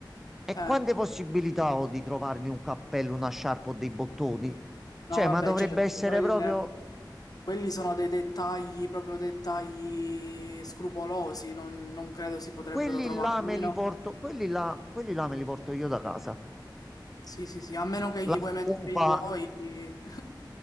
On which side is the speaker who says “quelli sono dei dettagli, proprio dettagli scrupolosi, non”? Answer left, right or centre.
Left